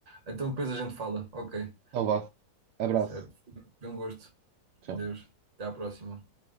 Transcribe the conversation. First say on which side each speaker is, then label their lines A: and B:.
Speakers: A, on the right; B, on the right.
A: Então depois a gente fala, ok,
B: Então vá. Abraço.
A: certo. Foi um gosto.
B: Tchau.
A: Deus, até à próxima.